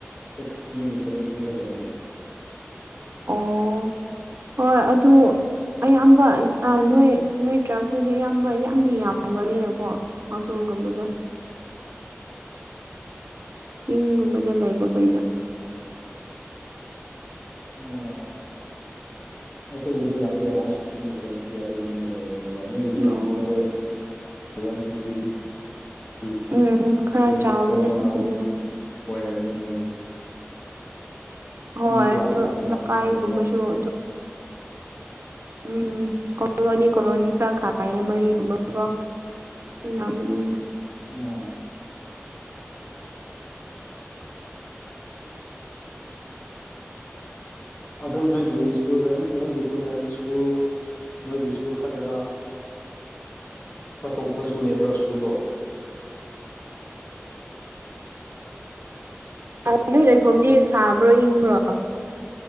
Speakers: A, on the left; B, on the right.
A: ꯁꯤꯛꯁꯇꯤ ꯇꯨ ꯁꯚꯦꯟꯇꯤ ꯈꯠꯇꯅꯦ
B: ꯑꯣ ꯍꯣꯏ ꯑꯗꯨ ꯑꯌꯥꯝꯕ ꯑ ꯅꯣꯏ ꯅꯣꯏ ꯇꯔꯥꯞꯈꯣꯏꯁꯦ ꯑꯌꯥꯝꯕ ꯌꯥꯝꯗꯤ ꯌꯥꯝꯒꯜꯂꯤꯅꯀꯣ ꯍꯥꯎꯁꯣꯜꯒꯨꯝꯕꯗꯣ ꯆꯤꯡꯒꯨꯝꯕꯗ ꯂꯩꯕ ꯀꯣꯏꯗꯣ
A: ꯑꯣ ꯑꯩꯈꯣꯏꯒꯤꯗꯤ ꯌꯥꯝꯇꯦ ꯑꯦꯔꯥꯎꯟ ꯁꯤꯛꯁꯇꯤ ꯇꯨ ꯁꯦꯚꯦꯟꯇꯤ ꯑꯗꯨ ꯃꯅꯨꯡꯗ ꯂꯩꯕꯅꯦꯕ ꯅꯣꯏꯒꯤꯗꯤ
B: ꯑꯣ
A: ꯌꯥꯝ ꯇꯧꯋꯦ ꯋꯥꯟ ꯐꯤꯐꯇꯤꯗꯤ <unintelligible>
B: ꯎꯝ ꯈꯔ ꯆꯥꯎꯕꯅꯦ
A: ꯑꯆꯧꯕ ꯑꯃꯗꯤ
B: ꯎꯗꯣ
A: ꯑꯣꯏꯔꯝꯃꯤ ꯅꯣꯏꯒꯤ
B: ꯍꯣꯏ
A: ꯃꯤꯁꯨ ꯌꯥꯝ
B: ꯑꯗꯨ
A: ꯌꯥꯝ ꯌꯥꯝꯃꯅꯤ
B: ꯂꯀꯥꯏꯒꯨꯝꯕꯁꯨ
A: ꯅꯣꯏꯗꯤ
B: ꯑꯗꯨ ꯎꯝ ꯀꯣꯂꯣꯅꯤ ꯀꯣꯂꯣꯅꯤ ꯈꯔ ꯈꯥꯏꯌꯦ ꯃꯔꯤꯒꯨꯝꯕꯀꯣ ꯃꯤꯌꯥꯝꯕꯅꯤꯅ
A: ꯑꯣ ꯑꯗꯨ ꯅꯣꯏꯒꯤ ꯁ꯭ꯀꯨꯜ ꯒ ꯑꯗꯨꯝ ꯅꯣꯏꯒꯤ ꯈꯨꯟꯅ ꯁ꯭ꯀꯨꯜ ꯅꯣꯏꯒꯤ ꯁ꯭ꯀꯨꯜ ꯈꯗꯔ ꯑꯇꯣꯞꯄꯁꯨ ꯂꯩꯕ꯭ꯔꯥ ꯁ꯭ꯀꯨꯜꯗꯣ
B: ꯑ ꯅꯣꯏ ꯂꯩꯐꯝꯗꯤ ꯁꯥꯕ꯭ꯔꯣ ꯏꯪꯕ꯭ꯔꯣ